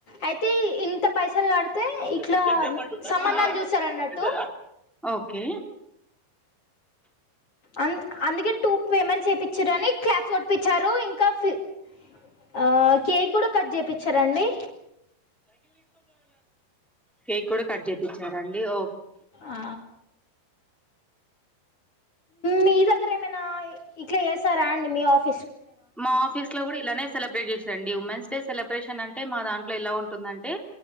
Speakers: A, on the left; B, in the centre.
A: అయితే ఇంత పైసలు కడితే ఇట్లా
B: పెద్ద తెమ్మంటుందా
A: సంబంధాలు
B: చిన్నదా ఆ
A: చూస్తారు
B: పెద్ద
A: అన్నట్టు
B: పెద్దదా ఓకే
A: అం అందుకని టూ పేమెంట్స్ చేపించురని క్లాప్ కొడిపించారు ఇంకా ఫి ఆ కేక్ కూడా కట్ చేపిచ్చిర్రండి
B: కేక్ కూడా కట్ చేపించారా అండి ఓ
A: ఆ మీ దగ్గర ఏమైనా ఇట్లా చేసారా అండి మీ ఆఫీస్
B: మా ఆఫీస్ లో కూడా ఇలానే సెలబ్రేట్ చేసారండి ఉమెన్స్ డే సెలబ్రేషన్ అంటే మా దాంట్ ఎలా ఉ టుందంటే